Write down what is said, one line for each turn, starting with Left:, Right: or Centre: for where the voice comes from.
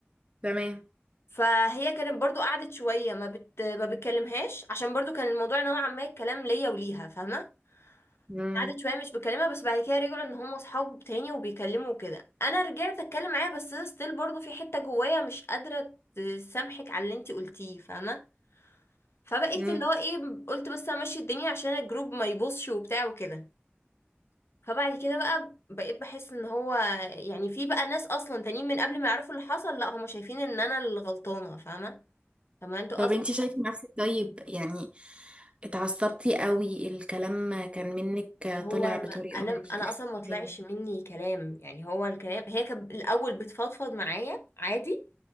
Right: تمام
Left: فهي كانت برضو قعدت شويه ما بت... ما بتكلمهاش عشان برضو كان الموضوع نوعا ما الكلام ليا وليها فاهمه
Right: امم
Left: قعدت شويه مش بكلمها بس بعد كده رجعوا ان هم اصحاب تاني وبيكلموا وكده انا رجعت اتكلم معاها بس ستيل برضو في حته جوايا مش قادره تسامحك على اللي انتي قلتيه فاهمه فبقيت
Right: امم
Left: اللي هو ايه قلت بس امشي الدنيا عشان الجروب ما يبصش وبتاع وكده فبعد كده بقى بقيت بحس ان هو يعني في بقى ناس اصلا تانيين من قبل ما يعرفوا اللي حصل لا هم شايفين ان انا اللي غلطانه فاهمه طب ما انتوا
Right: طب
Left: اصلا
Right: انت شايفه نفسك طيب يعني اتعصبتي قوي الكلام كان منك
Left: هو
Right: طالع
Left: ما
Right: بطريقه
Left: انا
Right: مش
Left: انا
Right: احسن
Left: اصلا ما طلعش
Right: حاجه
Left: مني كلام يعني هو الكلام هي كانت الاول بتفضفض معايا عادي